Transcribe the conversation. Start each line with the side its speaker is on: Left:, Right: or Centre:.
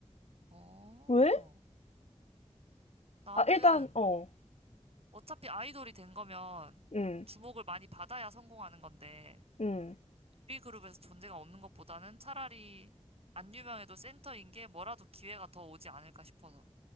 Right: 어,
Left: 왜?
Right: 나는
Left: 아, 일단 어.
Right: 어차피 아이돌이 된 거면
Left: 음.
Right: 주목을 많이 받아야 성공하는 건데,
Left: 음.
Right: 1위 그룹에서 존재감 없는 것보다는 차라리 안 유명해도 센터인 게 뭐라도 기회가 더 오지 않을까 싶어서.